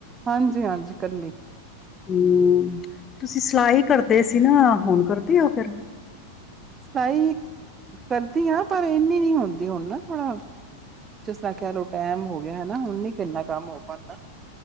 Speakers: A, on the right (about 25°); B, on the left (about 25°).
A: ਹਾਂਜੀ ਹਾਂਜੀ ਹਾਂ, ਇਕੱਲੀ।
B: ਹੂੰ, ਤੁਸੀਂ ਸਿਲਾਈ ਕਰਦੇ ਸੀ ਨਾ ਹੁਣ ਕਰ ਵਧਿਆ ਫਿਰ
A: ਸਲਾਈ ਕਰਦੀ ਹਾਂ, ਪਰ ਇਨੀ ਨੀ ਹੁੰਦੀ ਹੁਣ ਨਾ ਥੋੜਾ। ਜਿਸ ਨਾਲ ਕਹਿ ਲਓ, ਟੈਮ ਹੋ ਗਿਆ। ਹੈਨਾ, ਹੁਣ ਨੀ ਇੰਨਾ ਕੰਮ ਹੋ ਪੈਦਾ।